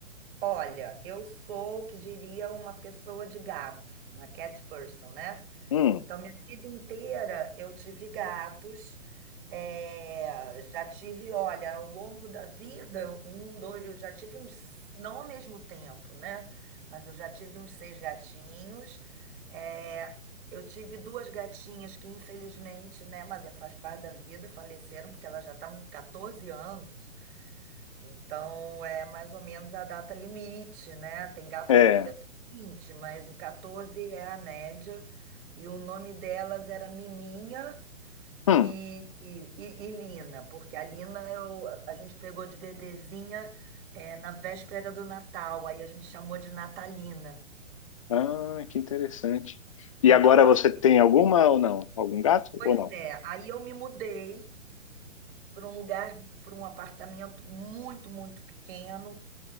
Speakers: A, on the right (about 40°); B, on the left (about 25°).
A: Olha, eu sou o que diria uma pessoa de gato, uma cat person, né?
B: Hum,
A: Então, minha vida inteira eu tive gatos, eh, já tive, olha, ao longo da vida, um, dois, eu já tive uns, não ao mesmo tempo, né? Mas eu já tive uns seis gatinhos. eh, eu tive duas gatinhas que, infelizmente, né? Mas é- faz parte da vida, faleceram, porque elas já estavam com 14 anos. Então é mais ou menos a data limite, né? Tem gato
B: é.
A: que vive até 20, mas o 14 é a média. E o nome delas era Miminha
B: Hum.
A: e, e, e- e Lina, porque a Lina eu, a gente pegou de bebezinha é, na véspera do Natal, aí a gente chamou de Natalina.
B: Ah, que interessante.
A: Então
B: E agora
A: eu gosto,
B: você tem alguma ou não? Algum gato
A: pois
B: ou não?
A: é, aí eu me mudei para um lugar, para um apartamento muito, muito pequeno